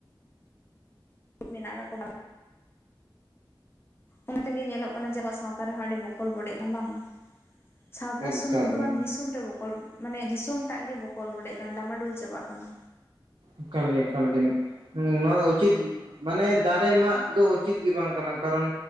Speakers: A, on the left (about 30°); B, on the right (about 75°).
A: ᱢᱮᱱᱟᱜ ᱠᱟᱜ ᱠᱚ ᱵᱟᱨ ᱚᱱᱟ ᱛᱮᱜᱮ ᱧᱮᱞᱚᱜ ᱠᱟᱱᱟ ᱡᱮ ᱟᱵᱣᱟᱜ ᱥᱟᱶᱛᱟ ᱨᱮᱦᱚᱸ ᱟᱹᱰᱤ ᱵᱚᱠᱚᱞ ᱵᱚᱰᱮᱜ ᱠᱟᱱᱟ ᱵᱟᱝ᱾ ᱥᱟᱶᱛᱟ
B: ᱮᱠᱟᱞ
A: ᱥᱩᱢᱩᱝ ᱫᱚ
B: ᱜᱮ
A: ᱵᱟᱝ ᱫᱤᱥᱚᱢ ᱨᱮᱵᱚ ᱠᱚᱞ ᱢᱟᱱᱮ ᱫᱤᱥᱚᱢ ᱴᱟᱜ ᱜᱮ ᱵᱠᱚᱞ ᱵᱟᱰᱮᱜ ᱠᱟᱱᱟ ᱰᱟᱢᱟᱰᱩᱞ ᱪᱟᱵᱟᱜ ᱠᱟᱱᱟ᱾
B: ᱮᱠᱟᱞ ᱜᱮ ᱮᱠᱟᱞ ᱜᱮᱱ᱾ ᱦᱩᱸ ᱱᱚᱣᱟ ᱫᱚ ᱩᱪᱤᱛ ᱢᱟᱱᱮ ᱫᱟᱨᱮ ᱢᱟᱜ ᱫᱚ ᱩᱪᱤᱛ ᱜᱮ ᱵᱟᱝ ᱠᱟᱱᱟ᱾ ᱠᱟᱨᱚᱱ